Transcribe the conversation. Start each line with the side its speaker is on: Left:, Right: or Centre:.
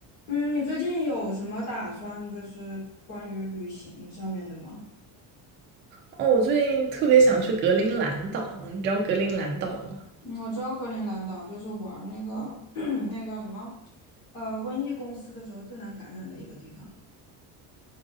Left: 嗯，你最近有什么打算，就是关于旅行上面的吗？
Right: 哦，我最近特别想去格陵兰岛，你知道格陵兰岛吗？
Left: 嗯，我知道格陵兰岛就是玩儿那个 <clears throat> 那个叫什么，呃，瘟疫公司的时候最难感染的一个地方。